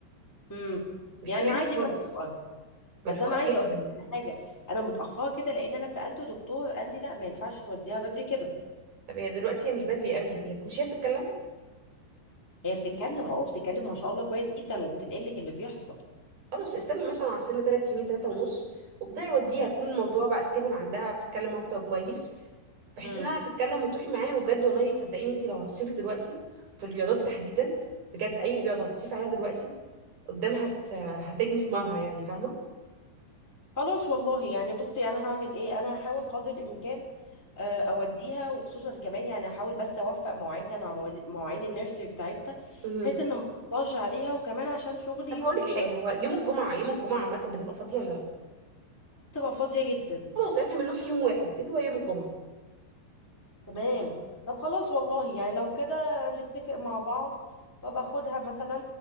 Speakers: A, in the centre; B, on the right.
A: امم
B: مش
A: يعني
B: تو ليت
A: عادي
B: خالص
A: منطقه
B: ملحوقه
A: بس انا عايزه
B: جدا
A: اقول لك على حاجه انا متاخره كده لان انا سالته دكتور قال لي لا ما ينفعش توديها بدري كده
B: طب هي دلوقتي هي مش بادئه قوي هي مش هي بتتكلم
A: هي بتتكلم اه بتتكلم ما شاء الله كويس جدا وبتنقل لك اللي بيحصل
B: خلاص استني مثلا على سن ثلاث سنين ثلاثه ونص وابداي وديها تكون الموضوع بقى ستيبل عندها بتتكلم اكتر كويس بحيث
A: امم
B: انها تتكلم وتروحي معاها وبجد والله صدقيني انت لو هتصيفي دلوقتي في الرياضات تحديدا بجد اي رياضه هتصيفي عليها دلوقتي قدامها هت... هتجني ثمارها يعني فاهمه
A: خلاص والله يعني بصي انا هعمل ايه انا هحاول قدر الامكان آه، اوديها وخصوصا كمان يعني هحاول بس اوفق مواعيدنا مع مواعيد مواعيد النيرسري بتاعتها
B: مهم.
A: بحيث ان ما اقطعش عليها وكمان عشان شغلي
B: طب هقول
A: وبتبقى
B: لك حاجه هو يوم الجمعه يوم الجمعه عامه بتبقى فاضيه ولا لا
A: فاضيه جدا
B: خلاص احنا بنروح يوم واحد اللي هو يوم الجمعه
A: تمام طب خلاص والله يعني لو كده نتفق مع بعض وابقى اخدها مثلا